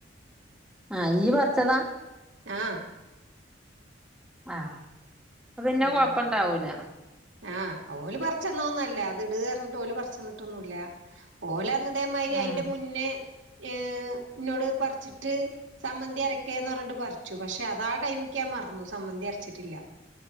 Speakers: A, in the centre; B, on the right (about 85°).
A: അത് ഈ പറച്ചതാ
B: ആഹ്
A: ആ പ്പൊ പിന്നെ
B: ഉം
A: കൊഴപ്പണ്ടാവൂല
B: ആഹ്, ഓല് പർച്ചെന്നൊന്നല്ല.. ത് ട്.. അർഞ്ഞിട്ട് ഓല് പറിച്ചന്നിട്ടൊന്നുല്ല ഓലന്ന് അതേമായിരി
A: ഉം
B: അതിന്റെ മുന്നേ ഏഹ് എന്നോട് പറിച്ചിട്ട് സമ്മന്തി അരക്കേന്ന് പറഞ്ഞിട്ട് പർച്ചു. പക്ഷെ അതാ ടൈമിക്ക് ഞാൻ മർന്നു. സമ്മന്തി അരച്ചിട്ടില്ല.